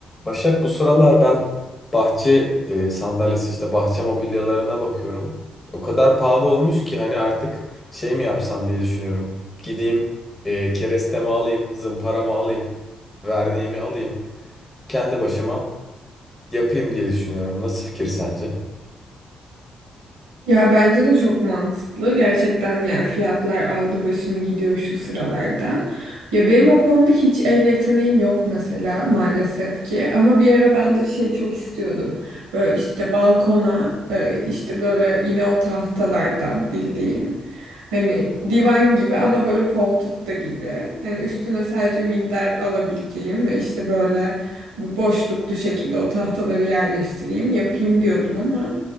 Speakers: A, on the left; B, on the right.
A: Başak bu sıralar ben bahçe e, sandalyesi işte bahçe mobilyalarına bakıyorum. O kadar pahalı olmuş ki hani artık şey mi yapsam diye düşünüyorum. Gideyim e, kerestemi alayım, zımparamı alayım, verniğimi alayım. Kendi başıma yapayım diye düşünüyorum. Nasıl fikir sence?
B: Ya bence de çok mantıklı. Gerçekten yani fiyatlar aldı başını gidiyor şu sıralarda. Ya benim o konuda hiç el yeteneğim yok mesela maalesef ki. Ama bir ara ben de şey çok istiyordum. Böyle işte balkona e, işte böyle yine o tahtalardan bildiğin. Hani divan gibi ama böyle koltukta gibi. Hani üstüne sadece minder alabileceğim ve işte böyle boşluklu şekilde o tahtaları yerleştireyim yapayım diyordum ama